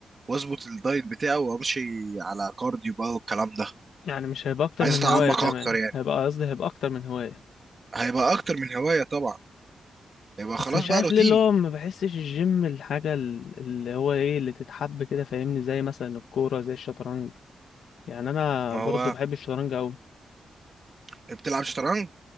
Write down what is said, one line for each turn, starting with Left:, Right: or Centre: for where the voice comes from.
Right: واظبط الدايت بتاعي وامشي على كارديو بقى والكلام ده
Left: يعني مش هيبقى اكتر
Right: عايز
Left: من
Right: اتعمق
Left: هواية كمان
Right: اكتر يعني
Left: هيبقى قصدي هيبقى اكتر من هواية
Right: هيبقى اكتر من هوايه طبعا هيبقى
Left: بس
Right: خلاص
Left: مش
Right: بقى
Left: عارف
Right: روتيني
Left: ليه اللي هو ما بحسش الجيم الحاجة ال- اللي هو ايه اللي تتحب كده فاهمني زي مثلا الكورة زي الشطرنج يعني انا
Right: ما
Left: برضو
Right: هو
Left: بحب الشطرنج اوي
Right: بتلعب شطرنج